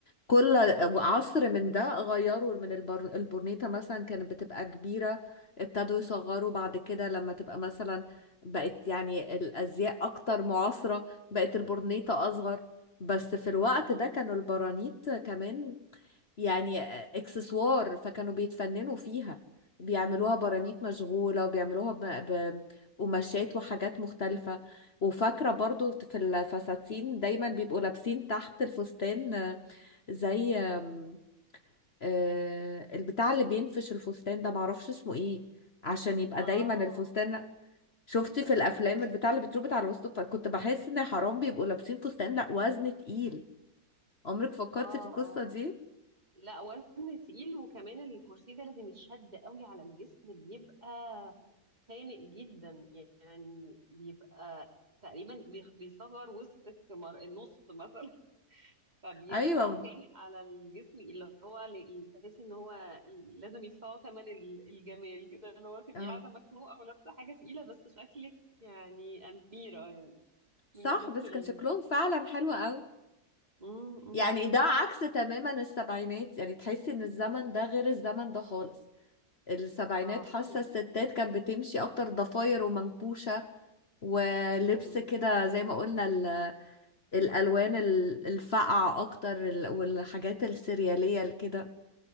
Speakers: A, on the left; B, on the right.
A: كل عصر من ده غيروا من البر... البورنيطة مثلا كانت بتبقى كبيرة ابتدوا يصغروا بعد كده لما تبقى مثلا بقت يعني الأزياء أكتر معاصرة بقت البورنيطة أصغر بس في الوقت
B: مم.
A: ده كانوا البرانيط كمان يعني اكسسوار فكانوا بيتفننوا فيها بيعملوها برانيت
B: آه
A: مشغولة وبيعملوها ب- ب- قماشات وحاجات مختلفة وفاكرة برضو في الفساتين دايما بيبقوا لابسين تحت الفستان زي آم، آه، البتاع اللي بينفش الفستان ده معرفش اسمه ايه عشان يبقى
B: آه
A: دايما الفستان شفتي في الافلام البتاع اللي بيتربط على وسطه فكنت بحس ان حرام بيبقوا لابسين فستان لا وزن تقيل عمرك فكرتي
B: آه
A: في القصة دي
B: لا وزن تقيل وكمان الكرسي ده لازم يتشد قوي على الجسم بيبقى خانق جدا يعني بيبقى تقريبا بيخ- بيصغر وسطك مر... النص مثلا فبيبقى
A: ايوه
B: خانق على الجسم اللي هو ل- تحسي ان هو لازم يدفعوا ثمن ال- الجمال كده اللي هو تبقي
A: اه
B: قاعده مخنوقه ولابسه حاجه تقيله بس شكلك يعني اميره يعني
A: صح
B: من كتر
A: بس
B: ال
A: كان شكلهم فعلا حلو قوي
B: مم، مم،
A: يعني
B: مم.
A: ده عكس تماما السبعينات يعني تحسي ان الزمن ده غير الزمن ده خالص السبعينات
B: اه خالص
A: حاسة الستات كانت بتمشي أكتر ضفاير ومنكوشة ولبس
B: مم.
A: كده زي ما قلنا ال- الألوان ال- الفاقعة أكتر ال- والحاجات السريالية كده